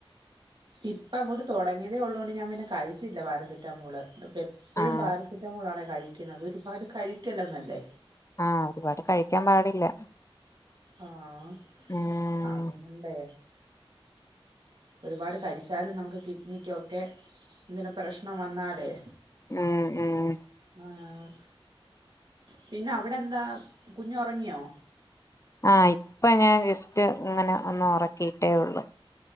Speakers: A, on the right; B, on the left.
A: ഇപ്പം അങ്ങോട്ട് തെടങ്ങിയതേ ഒള്ളൊണ്ട് ഞാൻ പിന്നെ കഴിച്ചില്ല പാരസെറ്റമോള് എപ്പഴും
B: ആഹ്
A: പാരസെറ്റാമോളാണേ കഴിക്കുന്നത് അത് ഒരുപാട് കഴിക്കല്ലെന്നല്ലേ
B: ആഹ് ഒരുപാട് കഴിക്കാൻ പാടില്ല
A: ആഹ്
B: ഉം
A: അതു കൊണ്ടേ ഒരുപാട് കഴിച്ചാല് നമുക്ക് കിഡ്നിക്കൊക്കെ എന്തിന പ്രശ്നം വന്നാലേ
B: ഉം ഉം
A: ആഹ് പിന്നെ അവിടെ എന്താ കുഞ്ഞൊറങ്ങിയോ?
B: ആഹ് ഇപ്പ ഞാൻ ജസ്റ്റ് ഇങ്ങനെ ഒന്ന് ഉറക്കിയിട്ടേ ഉള്ളു